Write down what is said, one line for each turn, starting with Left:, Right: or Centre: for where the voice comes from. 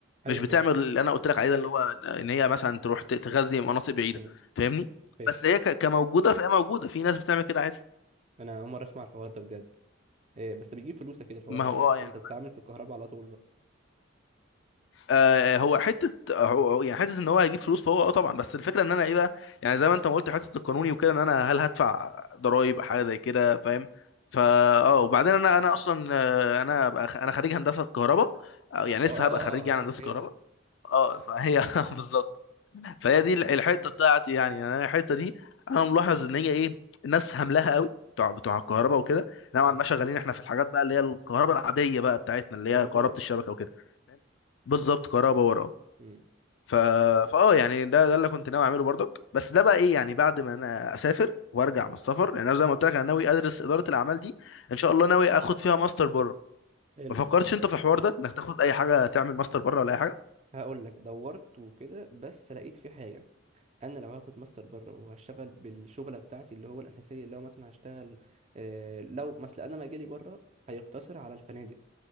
Right: ايوه
Left: مش بتعمل
Right: فاهم
Left: اللي انا قلت لك عليه ده اللي هو ان هي مثلا تروح ت- تغذي مناطق بعيده
Right: امم
Left: فاهمني
Right: فاهم
Left: بس هي ك- كموجوده فهي موجوده في ناس بتعمل كده عادي
Right: انا اول مره اسمع الحوار ده بجد إيه بس بيجيب فلوس كده الحوار
Left: ما
Right: ده
Left: هو
Right: صح
Left: اه يعني
Right: وانت بتتعامل
Left: انا
Right: في الكهرباء على طول بقى
Left: آه هو حته آه، هو هو يعني حته ان هو هيجيب فلوس فهو اه طبعا بس الفكره ان انا ايه بقى يعني زي ما انت ما قلت حته القانوني وكده ان انا هل هدفع ضرائب حاجه زي كده فاهم فا اه وبعدين انا انا اصلا آه، انا بقى- انا خريج هندسه كهرباء آه، يعني
Right: اه
Left: لسه هبقى خريج
Right: عشان
Left: يعني هندسه
Right: كده
Left: كهرباء اه فهي <laughs> بالظبط فهي دي الحته بتاعتي يعني يعني انا الحته دي انا ملاحظ ان هي ايه الناس هملها قوي بتوع بتوع الكهرباء
Right: مم.
Left: وكده نوعا
Right: <laughs> اه
Left: ما شغالين احنا في الحاجات بقى اللي هي الكهرباء العاديه بقى بتاعتنا اللي
Right: كهرباء
Left: هي كهرباء
Right: باور
Left: الشبكه وكده فاهم؟ بالظبط كهرباء وراه
Right: مم.
Left: ف... فاه يعني ده ده اللي كنت ناوي اعمله برضك بس ده بقى ايه يعني بعد ما انا اسافر وارجع من السفر لان انا زي ما قلت لك انا ناوي ادرس اداره الاعمال دي ان شاء الله ناوي اخد فيها ماستر بره
Right: حلو
Left: ما فكرتش انت في الحوار ده انك تاخد اي حاجه تعمل ماستر بره ولا اي حاجه
Right: هقول لك دورت وكده بس لقيت في حاجه انا لو هاخد ماستر بره وهشتغل بالشغله بتاعتي اللي هو الاساسيه اللي هو مثلا هشتغل آه لو مثلا انا مجالي بره هيقتصر على الفنادق